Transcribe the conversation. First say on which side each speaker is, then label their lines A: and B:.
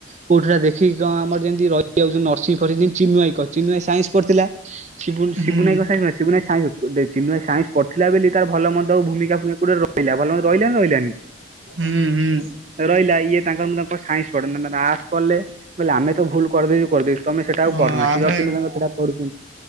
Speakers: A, on the right; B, on the right.
A: କୋଉଠି ଦେଖିକି କଣ ଆମର ଯେମିତି ସେ ଯୋଉ ନର୍ସିଂ ପଢ଼ିଚି ଚିନୁ ଭାଇ କରିଛି ଚିନୁ ଭାଇ ସାଇନ୍ସ ପଢ଼ିଥିଲା ଶିବୁନୁ
B: ହୁଁ
A: ଭାଇ କଣ ସିବୁନା ଭାଇ ସାଇନ୍ସ ପଢିଥିଲା ଦେଖେ ଚିନୁ ଭାଇ ସାଇନ୍ସ ପଢ଼ିଥିଲା ବୋଲି ତାର ଭଲ ମନ୍ଦ ଭୂମିକା ଗୋଟେ ରହିଲା ଭଲ ରହିଲା ନା ରହିଲାନି।
B: ହୁଁ ହୁଁ
A: ରହିଲା ଇଏ ତାଙ୍କର ମୁଁ ତା ସାଇନ୍ସ ପଢ଼ିଲେ ଆର୍ଟସ ପଢ଼ିଲେ ଆମେ ତ ଭୁଲ କରିଦେଇଛୁ କରିଦେଇଛୁ। ତମେ ସେଟା ଆଉ
B: ହଁ
A: କରନା।
B: ଆମେ
A: ତାଙ୍କର ସେଟା ପଢୁଛନ୍ତି